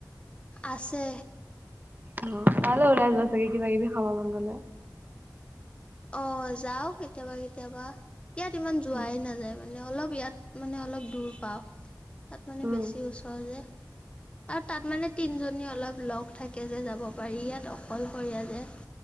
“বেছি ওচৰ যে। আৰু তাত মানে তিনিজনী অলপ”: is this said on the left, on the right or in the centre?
Left